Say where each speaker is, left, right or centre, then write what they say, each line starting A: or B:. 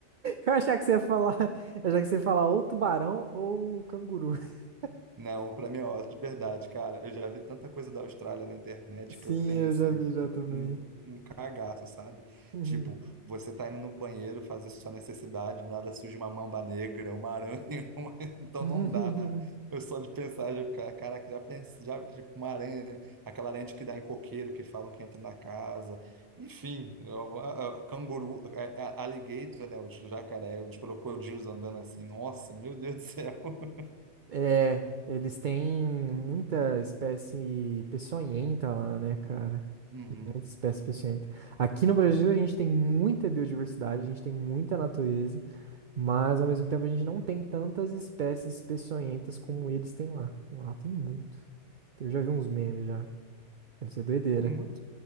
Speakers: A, on the right; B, on the right.
A: Eu achava que você ia falar, eu achava que você ia falar ou tubarão ou canguru. <laughs>
B: Não, para mim, ó, de verdade, cara. Eu já vi tanta coisa da Austrália na internet
A: Sim,
B: que eu tenho,
A: eu
B: assim,
A: já vi já também.
B: um cagaço, sabe?
A: Uhum.
B: Tipo, você tá indo no banheiro fazer sua necessidade, do nada surge uma mamba negra, uma aranha, <laughs> uma- então
A: <laughs>
B: não dá. Eu só de pensar, já, ca- caraca, já pensei, já, tipo, uma aranha, aquela aranha de que dá em coqueiro, que falam que entra na casa, enfim, eu- a- a- canguru, a- a- alligator, né, os jacaré, os crocodilos andando assim, nossa, meu Deus do céu. <laughs>
A: É, eles têm muita espécie peçonhenta lá, né, cara?
B: Uhum.
A: Muita espécie peçonhenta. Aqui no Brasil a gente tem muita biodiversidade, a gente tem muita natureza, Mas ao mesmo tempo a gente não tem tantas espécies peçonhentas como eles têm lá. Lá tem muito. Eu já vi uns memes já. Deve ser doideira.
B: Muito,